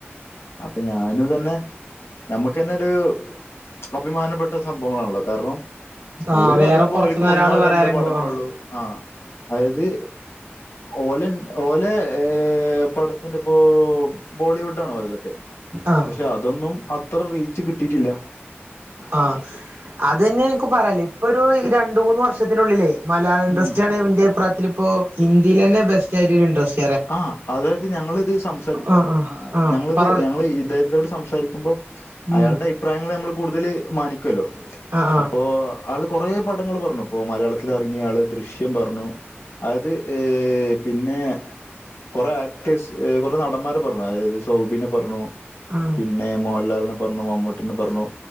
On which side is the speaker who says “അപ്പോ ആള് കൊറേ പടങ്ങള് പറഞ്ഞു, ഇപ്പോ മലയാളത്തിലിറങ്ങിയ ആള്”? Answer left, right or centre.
Left